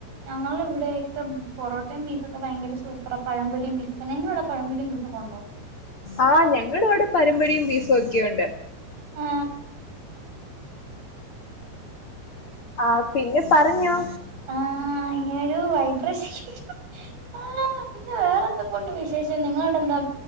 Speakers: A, on the right (about 65°); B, on the left (about 75°).
A: ഞങ്ങള ഇവിടക്കെ പൊറോട്ടയും ബീഫ്ക്കെ ഭയങ്കര സൂപ്പറാ പഴംപൊരിയും ബീഫൊക്കെ നിങ്ങളവിടെ പഴംപൊരിയും ബീഫൊക്കെ ഉണ്ടോ
B: ആ് ഞങ്ങള ഇവിടെ പഴമ്പൊരിയും ബീഫും ഒക്കെയുണ്ട്
A: ആ
B: ആഹ് പിന്നെ പറഞ്ഞോ
A: ആ ഹ്ഇങ്ങനെരു വൈബ്രേഷൻ ആ പിന്നെ വേറെന്തൊകെണ്ട് വിശേ ശേഷം നിങ്ങടവിടെഎന്താ